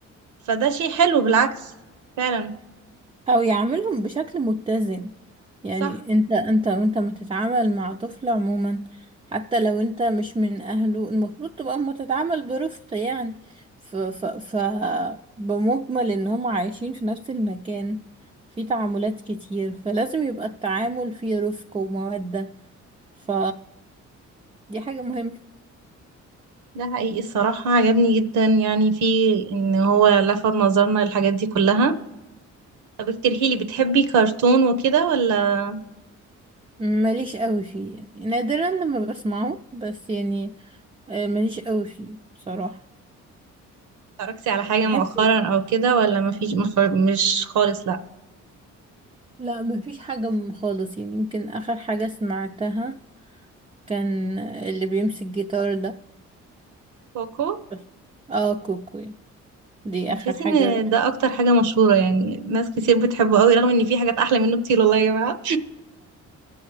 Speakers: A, on the right; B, on the right.
A: فده شيء حلو بالعكس فعلا
B: او يعملهم بشكل متزن يعني
A: صح
B: انت انت وانت ما تتعامل مع طفل عموما حتى لو انت مش من اهله المفروض تبقى متتعامل برفق يعني ف, ف, ف بمجمل ان هم عايشين في نفس المكان في تعاملات كتير فلازم يبقى التعامل فيه رفق ومودة ف دي حاجة مهمة
A: ده حقيقي الصراحة عجبني جدا يعني في إن هو لفت نظرنا للحاجات دي كلها طب اقترحي لي بتحبي كرتون وكده ولا
B: ماليش قوي فيه يعني نادرا لما بسمعه بس يعني آه، ماليش قوي فيه بصراحة
A: اتفرجتي على حاجة
B: بحس
A: مؤخرا او كده ولا ما فيش مش خالص لا
B: لا مفيش حاجة م- خالص يعني يمكن آخر حاجة سمعتها كان اللي بيمسك جيتار ده
A: كوكو
B: بس. اه كوكو يعني. دي آخر
A: تحسي
B: حاجة
A: ان ده اكتر حاجة مشهورة يعني ناس كتير بتحبه قوي رغم ان في حاجات احلى منه كتير والله يا جماعة